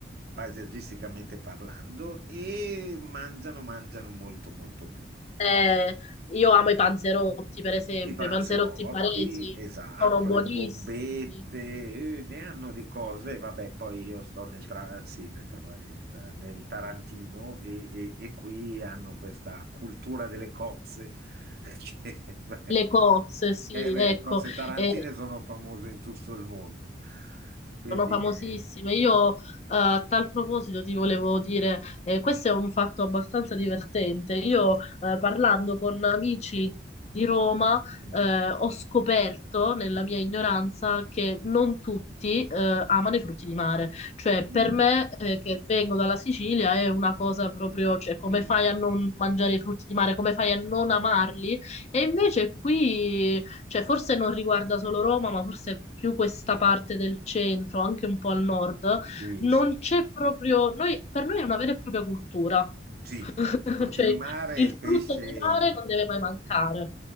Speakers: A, on the right; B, on the left.
A: paesaggisticamente parlando e mangiano, mangiano molto molto bene.
B: Eh, io amo i panzerotti, per esempio,
A: I panzerotti,
B: i panzerotti baresi
A: esatto,
B: sono buonissimi.
A: le bombette, eh, ne hanno di cose. Vabbè, poi io sto nel, tra- sì, nel tra- eh, nel Tarantino e, e- e qui hanno questa cultura delle cozze. <laughs> che, beh,
B: Le cozze, sì,
A: eh, beh,
B: ecco.
A: le cozze tarantine
B: Eh,
A: sono famose in tutto il mondo. Quindi,
B: Sono famosissime.
A: eh,
B: Io eh, a tal proposito ti volevo dire, eh, questo è un fatto abbastanza divertente. Io eh, parlando con amici di Roma
A: mm,
B: eh, ho scoperto nella mia ignoranza che non tutti eh, amano i frutti di mare. Cioè,
A: mm,
B: per me eh, che vengo dalla Sicilia è una cosa proprio, cioè, come
A: sì,
B: fai a non mangiare
A: no,
B: i frutti di mare? Come fai a non amarli? E invece qui cioè forse non riguarda solo Roma, ma forse più questa parte del centro, anche un po' al nord,
A: sì,
B: non
A: sì.
B: c'è proprio, noi- per noi è una vera e propria cultura, <laughs>
A: Sì, sì. frutti
B: cioè
A: di mare,
B: il
A: il pesce,
B: frutto di
A: il
B: mare non deve mai mancare.